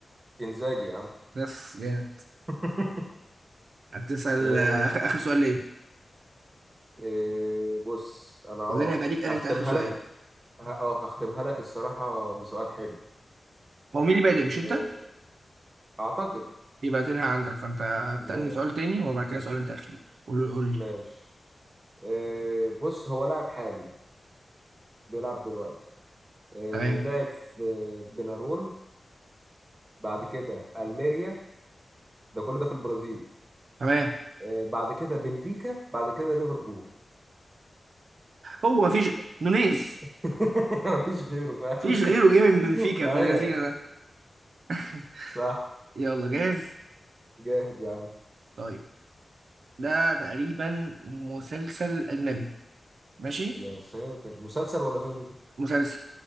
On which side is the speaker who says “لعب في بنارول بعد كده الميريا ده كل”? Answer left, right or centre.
Right